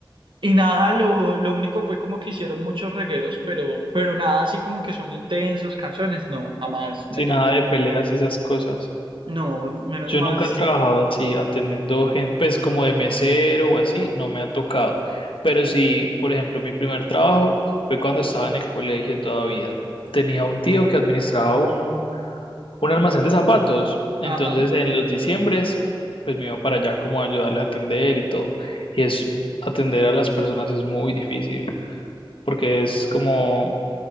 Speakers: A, on the right; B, on the left.
A: y nada, lo, lo único fue como que hicieron muchos regueros, pero, pero nada así como que son intensos canciones. No, jamás me
B: Sin
A: tocó.
B: nada de peleas y esas cosas.
A: No, menos
B: Yo
A: mal.
B: nunca
A: s-
B: he trabajado así atendiendo gente, pues como de mesero o así, no me ha tocado. Pero sí, por ejemplo, mi primer trabajo fue cuando estaba en el colegio todavía. Tenía un tío que administraba un, un almacén de zapatos. Entonces,
A: Ajá,
B: en los diciembres, pues me iba para allá como a ayudarle a atender y todo. Y es, atender a las personas es muy difícil porque es como